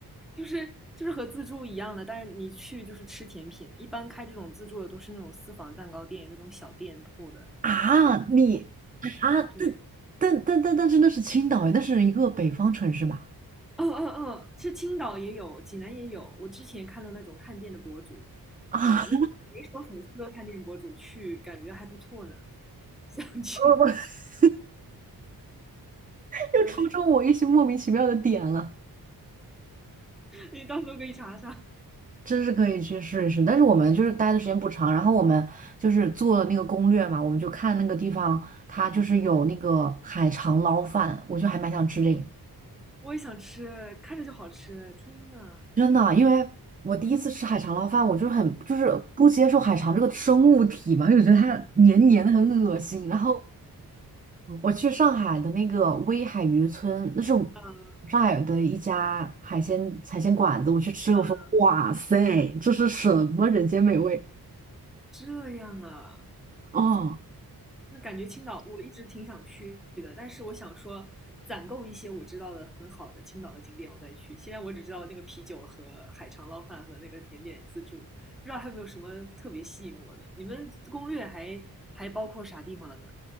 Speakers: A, in the centre; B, on the right (about 20°).
A: 就是就是和自助一样的，但是你去就是吃甜品，一般开这种自助的都是那种私房蛋糕店，那种小店铺的，
B: 啊，你啊，
A: 对。
B: 但但但但但是那是青岛诶，那是一个北方城市吧？
A: 嗯嗯嗯，是青岛也有，济南也有。我之前看到那种探店的博主，
B: <laughs> 啊，
A: 嗯，那种没什么粉丝的探店博主去，感觉还不错呢，想去。
B: 我
A: <laughs>
B: <laughs> 又戳中我一些莫名其妙的点了，
A: 嗯，你到时候可以查查。啊，
B: 真是可以去试一试。但是我们就是待的时间不长，然后我们就是做了那个攻略嘛，我们就看那个地方，它就是有那个海肠捞饭，我就还蛮想吃这个。
A: 我也想吃，看着就好吃。天呐，
B: 真的，因为我第一次吃海肠捞饭，我就是很就是不接受海肠这个生物体嘛，因为我觉得它黏黏的很恶心。然后我去上海的那个威海渔村，那是
A: 嗯，
B: 上海的一家海鲜海鲜馆子，我去吃，
A: 嗯
B: 我说哇塞，这是什么人间美味
A: 这样啊。
B: 哦！
A: 那感觉青岛我一直挺想去的，但是我想说攒够一些我知道的很好的青岛的景点，我再去。现在我只知道那个啤酒和海肠捞饭和那个甜点自助，不知道还有没有什么特别吸引我的。你们攻略还还包括啥地方了呢？